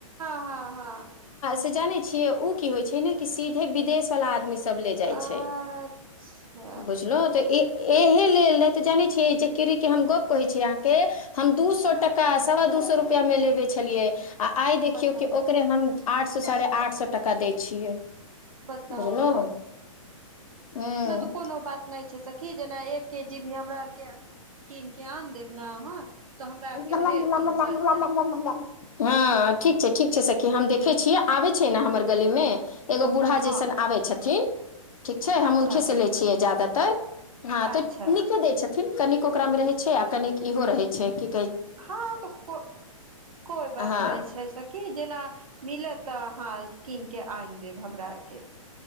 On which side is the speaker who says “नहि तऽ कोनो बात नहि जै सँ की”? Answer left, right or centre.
Right